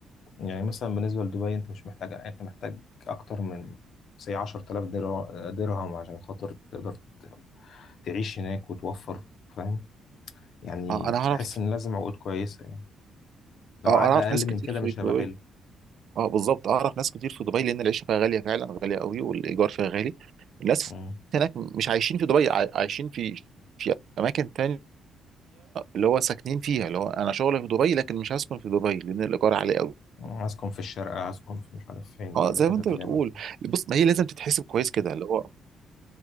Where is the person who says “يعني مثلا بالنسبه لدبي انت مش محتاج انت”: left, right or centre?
Left